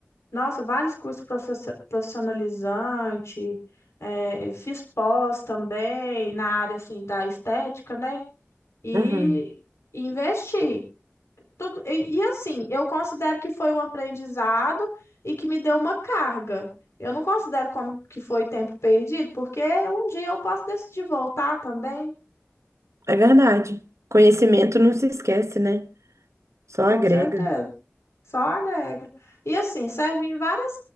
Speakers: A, on the left (about 70°); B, on the right (about 85°).
A: nossa, vários cursos professio- profissionalizante, é, fiz pós também na área assim da estética, né? E
B: Uhum.
A: investi. Tudo, e, e assim, eu considero que foi um aprendizado e que me deu uma carga. Eu não considero como que foi tempo perdido, porque um dia eu posso decidir voltar também,
B: É verdade. Conhecimento não se esquece, né? Só
A: com
B: agrega.
A: certeza. Só agrega. E assim, serve em várias,